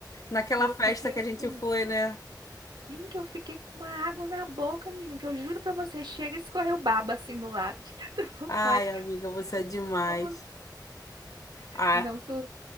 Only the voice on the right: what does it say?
que eu
fiquei
assim,
sim, que eu fiquei com uma água na boca, menina, que eu juro pra você, chega e escorreu baba assim do lado, <laughs> de tanta vontade
que eu
tava.
Não, seu-